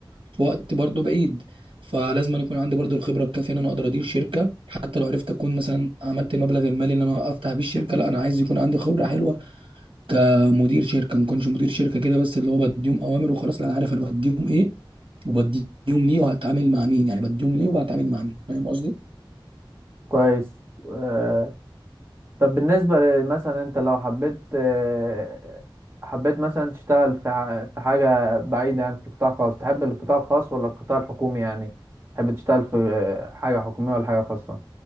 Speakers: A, on the right; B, on the right.
A: في وقت برضو بعيد فلازم أن يكون عندي برضو الخبره الكافيه ان انا اقدر ادير شركه حتى لو عرفت اكون مثلا عملت المبلغ المالي اللي انا افتح بيه الشركه لا انا عايز يكون عندي خبره حلوه كمدير شركه ما كنتش مدير شركه كده بس اللي هو بديهم اوامر وخلاص لا انا عارف انا بديهم ايه وبديهم ليه وهتعامل مع مين يعني بديهم ليه وبتعامل مع مين فاهم قصدي؟
B: كويس آه، طب بالنسبة ل- مثلا انت لو حبيت آه، حبيت مثلا تشتغل في ح- في حاجة بعيدة يعني في قطاع خاص تحب القطاع الخاص ولا القطاع الحكومي يعني تحب تشتغل في آه، حاجة حكومية ولا حاجة خاصة